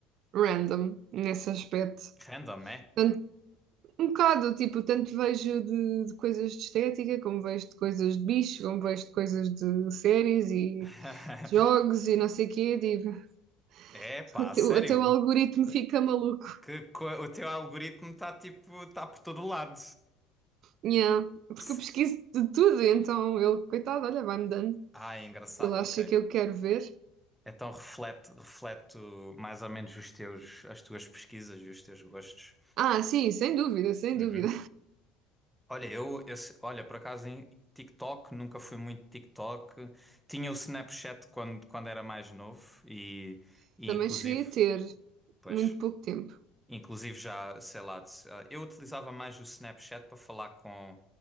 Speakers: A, on the right (about 60°); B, in the centre.
A: random nesse aspecto.
B: Random, é?
A: Tanto- um bocado, tipo, tanto vejo de, de coisas de estética, como vejo de coisas de bicho, como vejo de coisas de séries e
B: <laughs>
A: de jogos e não sei o quê. Digo,
B: É
A: <laughs>
B: pá,
A: até,
B: sério,
A: o- até o algoritmo
B: o,
A: fica maluco.
B: que, co- o teu algoritmo está tipo, está por todo lado.
A: Yeah, porque
B: Se-
A: eu pesquiso de tudo, então ele, coitado, olha, vai-me dando
B: Ah, é engraçado,
A: o que ele acha
B: ok.
A: que eu quero ver.
B: Então reflete, reflete mais ou menos os teus, as tuas pesquisas e os teus gostos.
A: Ah, sim, sem dúvida, sem
B: Uhum.
A: dúvida.
B: Olha, eu, esse, olha, por acaso em TikTok, nunca fui muito TikTok. Tinha o Snapchat quando, quando era mais novo e,
A: <laughs>
B: e
A: Também
B: inclusive,
A: cheguei a ter
B: pois,
A: muito pouco tempo.
B: Inclusive já, sei lá, de- ah, eu utilizava mais o Snapchat para falar com.